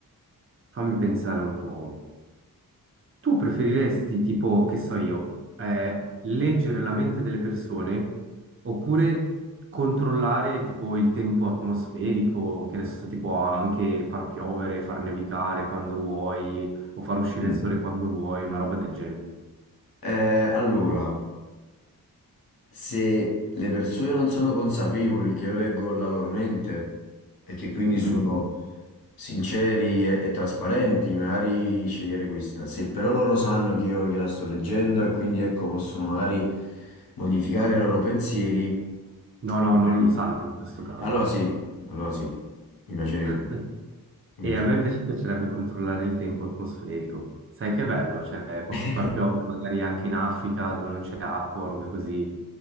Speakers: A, on the right; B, on the left.
A: fammi pensare un po'. Tu preferiresti, tipo, che so io, eh, leggere la mente delle persone oppure controllare, tipo, il tempo atmosferico, che ne so, tipo, anche far piovere, far nevicare quando vuoi, o far uscire
B: Mm.
A: il sole quando vuoi, una roba del genere.
B: eh, allora, se le persone non sono consapevoli che io leggo la loro mente e che quindi
A: Mm.
B: sono sinceri e, e trasparenti, magari scegliere questa. Se però loro sanno che io gliela sto leggendo e quindi ecco possono magari modificare i loro pensieri,
A: No, no,
B: magari-
A: non lo sanno in questo caso.
B: allora sì, allora sì, mi piacerebbe,
A: <laughs>
B: mi
A: E
B: piacerebbe.
A: a me invece piacerebbe controllare il tempo atmosferico. Sai che bello, cioè posso
B: <laughs>
A: far piovere magari anche in Africa dove non c'è acqua, robe così.